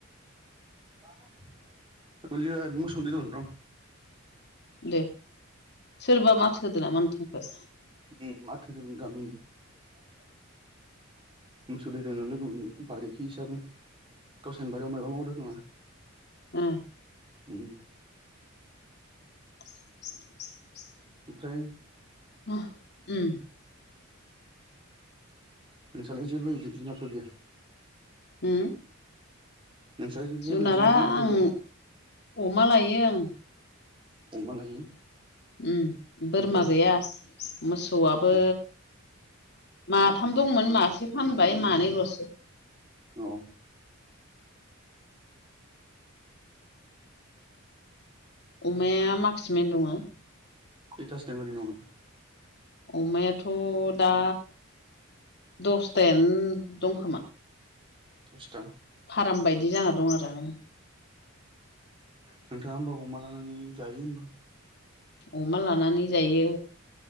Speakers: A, on the right; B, on the left.
A: <unintelligible> मोसौनो दै दौनो र'
B: दे सोरबा माथो होदो नामा नोंथांखौ
A: ओम माथो होदोंमोन गामिनि मोसौ दै दौनायावनो लोगो मोनदोंमोन बारिखि हिसाबै गावसानि बारियाव माबा मावदों खोमा
B: उम
A: ओम
B: <unintelligible>
A: ओमफ्राय
B: <unintelligible> ओम
A: नोंसालाय जेबो जुनारफोर गैया
B: होम
A: नोंस्रा जेबो
B: जुनारा
A: बिदिनो जुनारफोर
B: आं
A: गैया
B: अमा लायो आं
A: अमा लायो
B: उ बोरमा
A: ओमफ्राय
B: गैया मोसौआबो
A: औ
B: माथाम दंमोन मासे फानबाय मानैल'से
A: औ
B: अमाया माखासेमनो दङ
A: इथास ददों ओर ननो
B: अमायाथ' दा दसथायानो दंखोमा
A: दस्था
B: फाराम बायदि जाना दं आरो ओं
A: नोंथाङा होमबा अमा लानानै जायो होमबा
B: अमा लानानै जायो